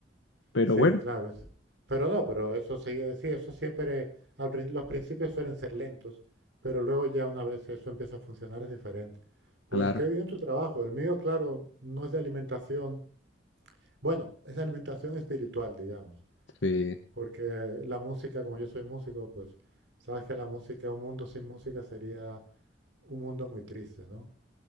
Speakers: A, on the left (about 85°); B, on the right (about 75°).
A: Pero
B: Sí,
A: bueno,
B: claro. es- Pero no, pero eso sigue, sí, eso siempre, al prin- los principios suelen ser lentos, pero luego ya una vez eso empieza a funcionar es diferente. Pues
A: claro,
B: qué bien tu trabajo. El mío, claro, no es de alimentación. Bueno, es de alimentación espiritual, digamos,
A: sí,
B: porque la música, como yo soy músico, pues sabes que la música, un mundo sin música sería un mundo muy triste, ¿no?